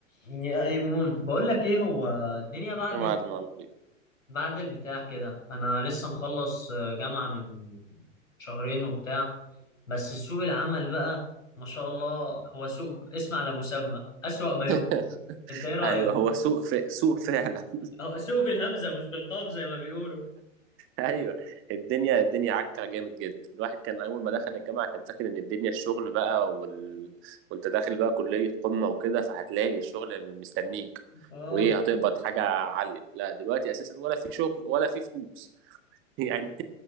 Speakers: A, on the left; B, on the right.
A: يا ايمون بقول لك ايه هو الدنيا بعد
B: يا معلم عامل ايه
A: بعد البتاع كده انا لسه مخلص آه، جامعة من شهرين وبتاع بس سوق العمل بقى ما شاء الله هو سوق اسم على مسمى اسوأ ما
B: <laughs>
A: يمكن انت ايه رأيك
B: ايوه هو سوق ف... سوق فعلا <laughs>
A: هو سوق بالهمزة مش بالقاف زي ما بيقولوا
B: ايوه الدنيا الدنيا عكه جامد جدا الواحد كان اول ما دخل الجامعه كان فاكر ان الدنيا الشغل بقى وال... وانت داخل بقى كليه قمه وكده فهتلاقي الشغل مستنيك
A: اه
B: وايه هتقبض حاجه عاليه لا دلوقتي اساسا ولا في شغل ولا في فلوس <laughs> يعني